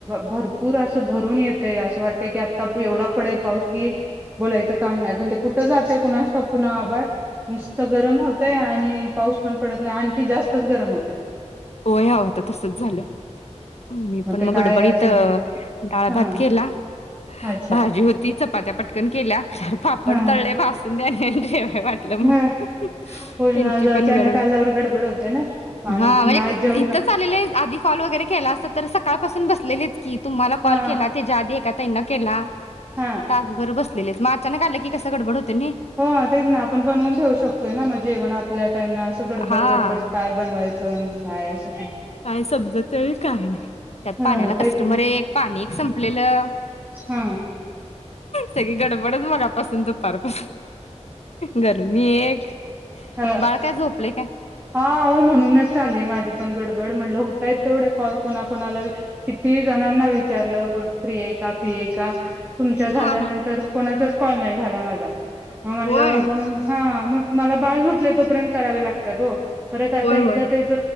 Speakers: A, on the right (about 15°); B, on the left (about 60°).
A: भरपूर असं. भरून येतय असं वाटत की आता एवढा पडेल पाऊस की बोलायचं काम नाही पण ते कुठं जातय कुणास ठाऊक नुसत गरम होतंय आणि पाऊस. पण पडत नाही आणखी जास्तच गरम होते.
B: होय हा तसच झालं मी पण
A: ते
B: मग
A: काय
B: गडबडीत
A: असेल
B: डाळ
A: हां
B: भात केला
A: अच्छा
B: भाजी होती चपात्या पटकन केल्या च पाापड
A: हां
B: तळले भाजून घेतले. <unintelligible>
A: हां.
B: <unintelligible>
A: होय
B: त्यांची
A: ना
B: पण
A: अचानक
B: गडबड.
A: आल्यावर गडबड होते ना आणि
B: हां म्हणजे
A: नाही
B: क्
A: जेवण
B: इतंच आलेले, आधी कॉल वगैरे क केला असता तर सकाळपासून बसलेलीच. कि तुम्हाला कॉल
A: हा
B: केला त्याज्याआधी एका ताईंला केला.
A: हा
B: तासभर बस दिलेस माग चनं काढलं की कसं गडबड होते नई.
A: हो, तेच ना आपण बनवून ठेवू शकतोय ना म जेवण आपल्या टाईमना सगळं
B: हा
A: ता गडबड काय बनवाय चण काय असं फुल
B: काय समजत नाही काय नाही. त्यात
A: ह
B: पाण्याला
A: तेच
B: कस्टमर
A: ना
B: एक, पाणी एक संपलेलं.
A: हा
B: सगळी गडबडच मगापसूनं दुपारपासून. गरमी एक.
A: हं,
B: बाळ काय झोपले काय
A: हां हो म्हणूनच चाललीय माझी पण गडबड. म्हणलं हुत ताई तेवढे कॉल कोणा कोणाला व कित ती जणांना विचारलं कोण फ्री ये का? फ्री ये का? तुमच्या झाल्यानंतर
B: हा हा
A: कोणाचच कॉल नाही झाला माझा म म्हटलं
B: होय
A: म्हणून ह मग मला बाळ झोपले तोपर्यंत करावे लागत्यात ओ परत आता
B: होय,
A: एकदा
B: होय, होय.
A: त्याच